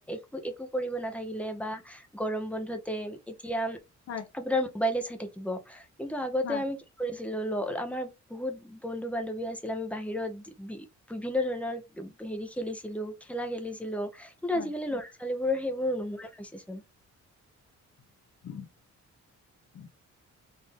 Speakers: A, in the centre; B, on the left.
A: এ একো কৰিব নাথাকিলে বা গৰম বন্ধতে এতিয়া
B: হয়
A: আপোনাৰ মোবাইলে চাই থাকিব কিন্তু আগতে
B: হয়
A: আমি কি কৰিছিলো। আমাৰ বহুত বন্ধু বান্ধৱী আছিল আমি বাহিৰত বি বিভিন্ন ধৰণৰ হেৰি খেলিছিলো, খেলা খেলিছিলো। কিন্তু
B: হয়
A: আজিকালি ল'ৰা ছোৱালীবোৰৰ সেইবোৰ নোহোৱা হৈছেচোন।
B: <unintelligible>